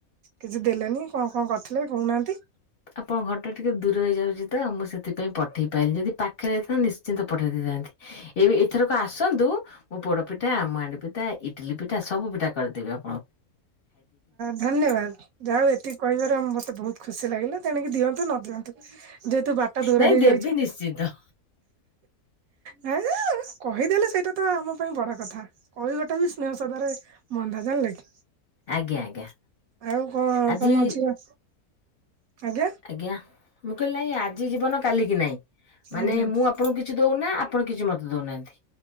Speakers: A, on the right (about 70°); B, on the left (about 40°).
A: କିଛି ଦେଲେନି କଣ କଣ କରିଥିଲେ କହୁନାହାନ୍ତି।
B: ଆପଣ ଘରଟା ଟିକିେ ଦୂର ହେଇଯାଉଛି ତ ମୁଁ ସେଥିପାଇଁ ପଠେଇ ପାରିଲିନି ଯଦି ପାଖରେ ଯଇଥାନ୍ତ ନିଶ୍ଚିନ୍ତ ପଠାଇ ଦେଇଥାନ୍ତି। ଏବେ ଏଥରକୁ ଆସନ୍ତୁ ମୁଁ ପୋଡ ପିଠା ମୁହାଣ୍ଡି ପିଠା ଇଟିଲି ପିଠା ସବୁ ପିଠା କରିଦେବି ଆ
A: ଧନ୍ୟବାଦ। ଯା ହଉ ଏତିକି କହିବାର ଆ ମତେ ବହୁତ ଖୁସି ଲାଗିଲା ତେଣିକି ଦିଅନ୍ତୁ ନ ଦିଅନ୍ତୁ। ଯେହେତୁ ବାଟ ଦୂର
B: ନାଇଁ
A: ହେଇଯାଉଛି
B: ଦେବି ନିଶ୍ଚିନ୍ତ।
A: ହୁଁ। କହିଦେଲେ ସେଇଟା ତ ଆମ ପାଇଁ ବଡ କଥା କହିବଟା ବି ସ୍ନେହ ସଦାରେ ବନ୍ଦା ଜାଣିଲକି।
B: ଆଜ୍ଞା ଆଜ୍ଞା
A: ଆଉ କଣ
B: ଆଜି
A: ତମ ଝିଅ ଆଜ୍ଞା।
B: ଆଜ୍ଞା ମୁଁ କହିଲି ନାଇଁ ଆଜି ଜୀବନ କାଲିକି ନହିଁ ମାନେ
A: ଆଜ୍ଞା
B: ମୁଁ ଆପଣଙ୍କୁ କିଛି ଦଉନା ଆପଣ କିଛି ମତ ଦଉନାହାନ୍ତି